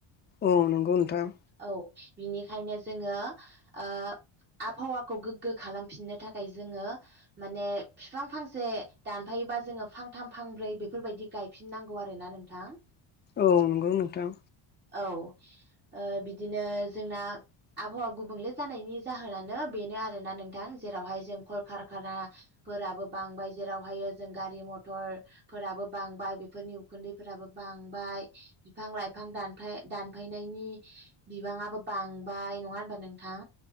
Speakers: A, on the left; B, on the right.
A: औ नंगौ नोंथां।
B: औ बिनिखायनो जोङो ओ आबहावाखौ गोग्गो खालामफिननो थाखाय जोङो माने बिफां फांसे दानफायोबा जोङो फांथाम फांब्रै बेफोरबायदि गायफिननांगौ आरो ना नोंथां।
A: औ नंगौ नोंथां
B: औ ओ बिदिनो जोंना आबहावा गुबुंले जानायनि जाहोनानो बेनो आरोना नोंथां जेरावहाय जों कलकारखाना फोराबो बांबाय जेरावहायो जों गारि मथर फोराबो बांबाय बेफोरनि उखुन्दैफोराबो बांबाय बिफां लाइफां दानफाय दानफायनायनि बिबाङाबो बांबाय नङा होनबा नोंथां।